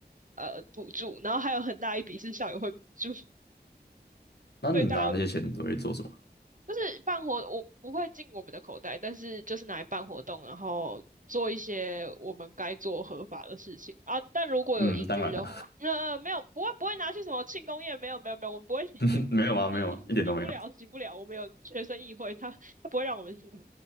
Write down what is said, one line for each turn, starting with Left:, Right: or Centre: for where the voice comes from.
Right: 呃补助，然后还有很大一笔是校友会补助，<laughs>
Left: 那你拿那些钱都会做什么？
Right: 所以大家就是办活，我不会进我们的口袋，但是就是拿来办活动，然后做一些我们该做合法的事情啊。但如果有盈余的话，
Left: 嗯，当然了，
Right: 呃，没有，不会不会拿去什么庆功宴，没有没有没有，我们不会洗钱，
Left: <laughs> 没有啊，
Right: 洗洗不了洗不了，
Left: 没有啊，一点都没有。
Right: 我们有学生议会，他他不会让我们洗，就